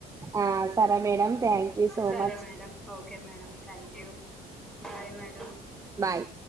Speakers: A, on the right; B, in the centre.
A: ఆ సరే మేడం థ్యాంక్ యూ సో
B: సరే
A: much
B: madam okay madam thank you bye madam
A: bye